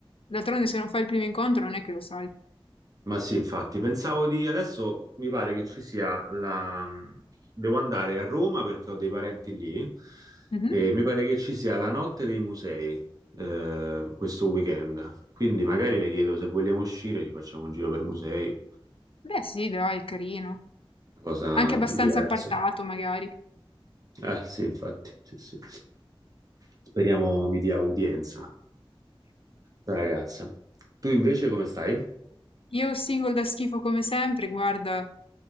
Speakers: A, on the left; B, on the right.
A: D'altronde se non fai il primo incontro non è che lo sai.
B: Ma sì, infatti, pensavo di adesso mi pare che ci sia la... Devo andare a Roma perché ho dei parenti lì
A: Mhm.
B: e mi pare che ci sia la notte dei musei eh, questo weekend. Quindi magari le chiedo se vogliamo uscire, ci facciamo un giro per musei,
A: Beh, sì, dai, è carino.
B: una cosa
A: Anche abbastanza
B: diversa.
A: appartato, magari.
B: Eh sì, infatti, sì, sì. Speriamo mi dia udienza, la ragazza. Tu invece come stai?
A: Io single da schifo come sempre, guarda,